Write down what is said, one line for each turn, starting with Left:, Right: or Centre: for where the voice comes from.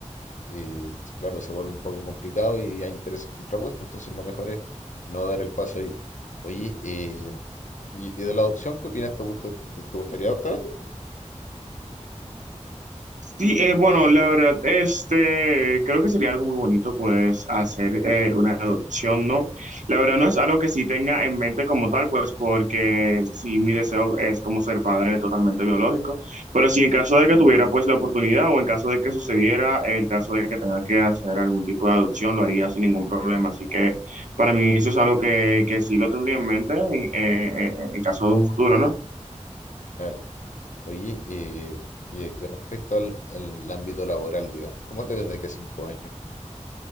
Left: eh, claro, se vuelve un poco complicado y hay intereses contrapuestos, entonces lo mejor es no dar el paso ahí. Oye, eh, y, y de la adopción, ¿qué opinas? ¿Te gusta- te, te gustaría adoptar a ti?
Right: Sí, eh, bueno, la verdad, este, creo que sería algo muy bonito, pues, hacer eh, una adopción, ¿no? La verdad no es algo que sí tenga en mente como tal, pues, porque sí, mi deseo es como ser padre totalmente biológico, pero si en caso de que tuviera, pues, la oportunidad o en caso de que sucediera, el caso de que tenga que hacer algún tipo de adopción, lo haría sin ningún problema, así que para mí eso es algo que, que sí lo tendría en mente en, eh, en en caso de un futuro, ¿no?
Left: Claro. Oye, eh, y, y respecto al, al ámbito laboral, digamos, ¿cómo te ves de aquí a cinco años?